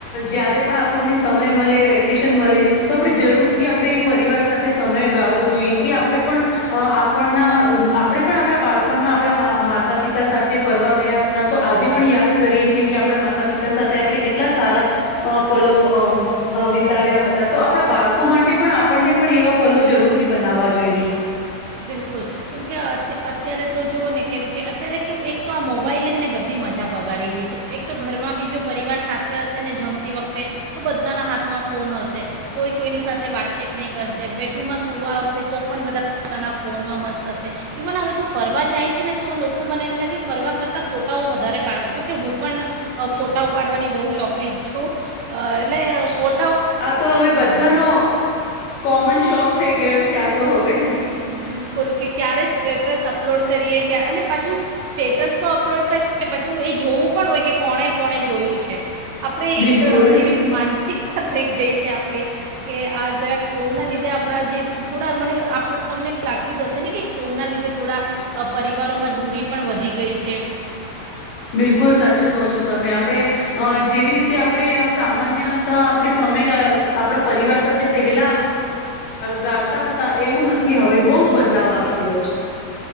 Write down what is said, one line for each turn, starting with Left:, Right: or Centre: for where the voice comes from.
Left: જયારે પણ આપણને સમય મળે વેકેશન મળે તો આપણે જરૂર થી આપણે પરિવાર સાથે સમય ગાળવો જોઈએ એ આપણે પણ આપણના આપણે પણ આપણા બાળપણમાં આપણા માતા પિતા સાથે ફરવા ગયા હતા તો આજે પણ યાદ કરીએ છીએ કે આપણા માતા પિતા સાથે આપણે કેટલા સારા પલો વિતાવ્યા હતા તો આપણા બાળકો માટે પણ આપણને પણ એવા પલો જરૂરથી બનાવવા જોઈએ હ
Right: બિલકુલ કેમકે અત્યારે તો જોઓ ને કેમ કે અત્યારે કેવું એક તો આ મોબાઈલ છે ને બધી મજા બગાડી દે છે એક તો ઘરમાં બી જો પરિવાર સાથે હશે ને જમતી વખતે તો બધાના હાથમાં ફોન હશે કોઈ કોઈની સાથે વાતચીત નહીં કરશે બેડરૂમમાં સુવા આવશે તો પણ બધા પોતાના ફોનમાં મસ્ત થશે ઇવન હવે તો ફરવા જાય છે ને તો લોકો મને એમ લાગે ફરવા કરતાં ફોટાઓ વધારે પાડવ જોકે હું પણ ફોટાઓ પાડવાની બહુ શોખીન છું એટલે ફ
Left: આ તો હવે બધાનો કોમન શોક થઈ ગયો છે આ તો હવે
Right: બિલકુલ કે ક્યારે સ્ટેટસ આપ અપલોડ કરીએ કે અને પાછું સ્ટેટસ તો અપલોડ કરીએ પછું એ જોવું પણ હોય કે કોણે કોણે જોયું છે. આપણે એક
Left: બિલકુલ
Right: એવી માનસિકતા થઈ ગઈ થઈ છે આપણે કે આ જરાક ફોનના લીધે આપણા જે થોડા મને આપ પણ તમને લાગતું જશે ને કે ફોનના લીધે થોડા પરિવારોમાં દૂરી પણ વધી ગઈ છે
Left: બિલકુલ સાચું કહ છો તમે આપડણે જેવી રીતે તે આપણે સામાન્ય આપે સમય આપણા પરિવાર સાથે પહેલા ગળતા હતા એવું નથી થી હવે બહુ જ બદલાવ આવી એવો છે